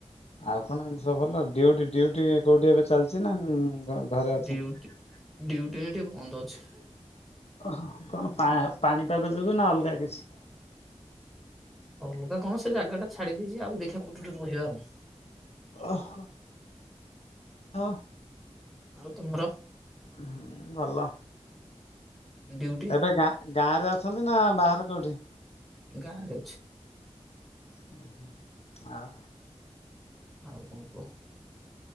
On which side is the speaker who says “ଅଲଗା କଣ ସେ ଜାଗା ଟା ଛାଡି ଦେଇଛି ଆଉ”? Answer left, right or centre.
Centre